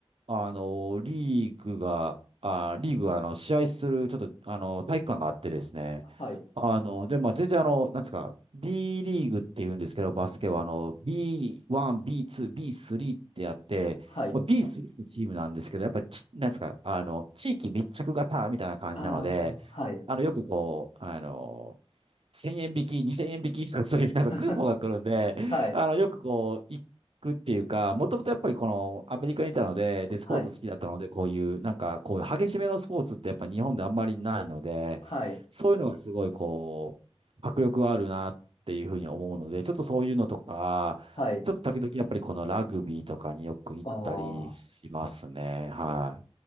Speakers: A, on the right (about 60°); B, on the left (about 60°).
A: あの、リーグが、あ、リーグが、あの、試合する、ちょっと、あの、体育館があってですね。
B: はい。
A: あの、で、まあ、全然、あの、なんですか、B リーグって言うんですけど、バスケは、あの、B1、B2、B3 ってやって、
B: はい。
A: まあ、B3 のチームなんですけど、やっぱりち、なんですか、あの、地域密着型みたいな感じなので、
B: ああ、はい。
A: あの、よくこう、あの、1000円引き、2000円引きとか、そういうなんかクーポンが来るんで、
B: <laughs> はい。
A: あの、よくこう、行くっていうか、もともとやっぱりこのアメリカにいたので、で、スポーツ好きだったので、
B: はい。
A: こういう、なんかこういう激しめのスポーツってやっぱ日本であんまりないので、
B: はい。
A: そういうのがすごいこう、迫力があるなっていうふうに思うので、ちょっとそういうのとか、
B: はい。
A: ちょっと時々やっぱりこのラグビーとかによく行ったりしますね。
B: ああ、
A: は